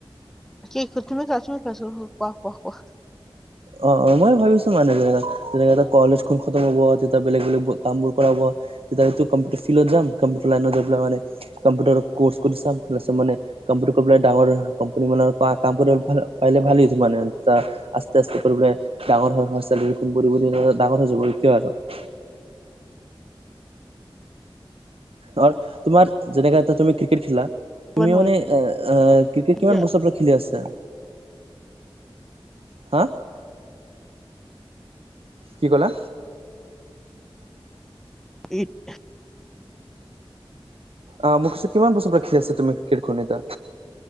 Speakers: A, in the centre; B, on the right.
A: <unintelligible>
B: অহ অহ মই ভাবিছো মানে যেনেকা যেনেকা কলেজ <unintelligible> খতম হ'ব, তেতিয়া বেলেগ-বেলেগ কামবোৰ কৰাব তেতিয়া কম্পিউটাৰ ফিল্ডত যাম, কম্পিউটাৰ লাইনত গৈ পেলাই মানে কম্পিউটাৰ কোৰ্চ কৰি চাম <unintelligible> কম্পিউটাৰ কৰি পেলাই ডাঙৰ কম্পানী মানৰ কাম কৰিবলে পালে ভাল <unintelligible> <unintelligible> ধৰ তোমাৰ যেনেকৈ এতিয়া তুমি ক্ৰিকেট খেলা, তুমি
A: কোৱা নোৱাৰা
B: মানে এ এ ক্ৰিকেট
A: এতিয়া
B: কিমান বছৰ পৰা খেলি আছা? হা কি কলা?
A: <inaudible>
B: অঁহ মই কৈছো কিমান বছৰ পৰা খেলি আছা তুমি ক্ৰিকেট খন এতিয়া?